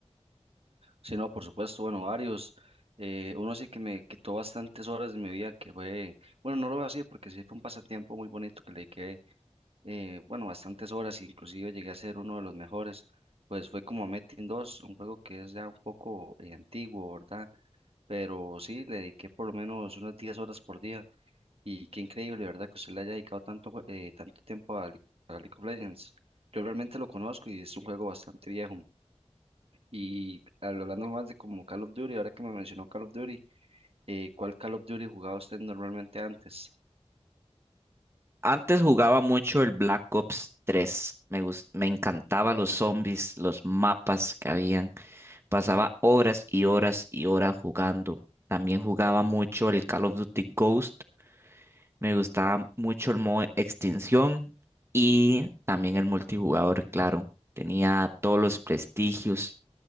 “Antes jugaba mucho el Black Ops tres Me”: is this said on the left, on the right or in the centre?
Right